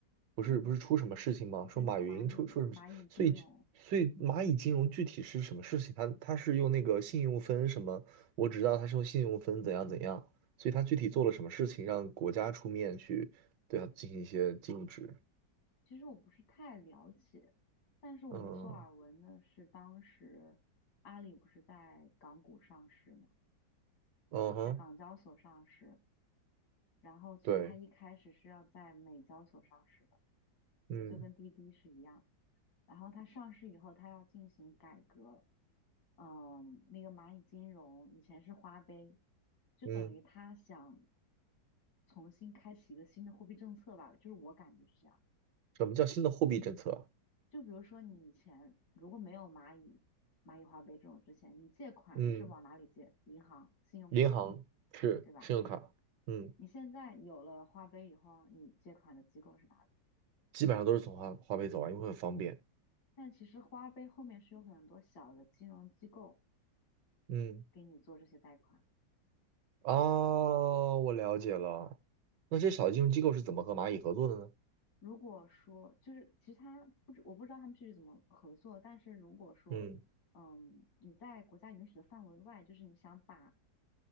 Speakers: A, on the right; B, on the left.
A: 不是不是出什么事情吗？
B: 嗯，我知道蚂蚁蚂蚁金融，
A: 说马云出出什么事，所以所以蚂蚁金融具体是什么事情？它它是用那个信用分什么？我只知道它是用信用分怎样怎样，所以它具体做了什么事情让国家出面去对它进行一些禁止？
B: 其实我不是太了解，但是我有所耳闻的是，
A: 嗯
B: 当时阿里不是在港股上市嘛，
A: 嗯哼，
B: 在港交所上市，然后其实它一开始是要在美交所上市的，
A: 对，嗯
B: 就跟滴滴是一样。然后它上市以后，它要进行改革，嗯，那个蚂蚁金融以前是花呗，就等于他想
A: 嗯，
B: 重新开启一个新的货币政策吧，就是我感觉是这样。
A: 什么叫新的货币政策啊
B: 就比如说你以前如果没有蚂蚁、蚂蚁花呗这种之前，你借款是往哪里借？
A: 嗯。
B: 银行、信用卡，
A: 银行是信用卡，
B: 对吧？
A: 嗯，
B: 你现在有了花呗以后，你借款的机构是哪里？
A: 基本上都是从花花呗走啊，因为很方便。
B: 但其实花呗后面是有很多小的金融机构
A: 嗯，
B: 给你做这些贷款。
A: 啊，我了解了。那这些小金融机构是怎么和蚂蚁合作的呢？
B: 如果说就是其实他不知我不知道他们具体怎么合作，但是如果说，
A: 嗯，
B: 嗯，你在国家允许的范围外，就是你想把